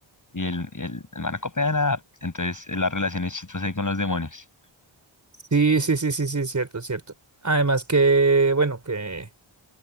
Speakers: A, on the left; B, on the right.
A: y el, y el, el man no copia nada, entonces eh, la relación es chistosa ahí con los demonios.
B: sí, sí, sí, sí, sí, cierto, cierto. Además que, bueno, que...